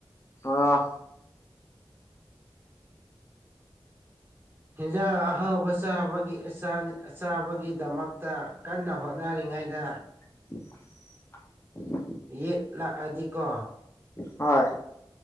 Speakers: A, on the left (about 30°); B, on the right (about 25°).
A: ꯑꯥ
B: ꯍꯤꯟꯖꯥꯡ ꯑꯍꯥꯎꯕ ꯆꯥꯕꯒꯤ ꯑ ꯆꯥꯕꯒꯤꯗꯃꯛꯇ ꯀꯟꯅ ꯍꯣꯠꯅꯔꯤ ꯉꯥꯏꯗ
A: <unintelligible>
B: ꯌꯦꯠ ꯂꯥꯛꯑꯗꯤꯀꯣ
A: ꯍꯣꯏ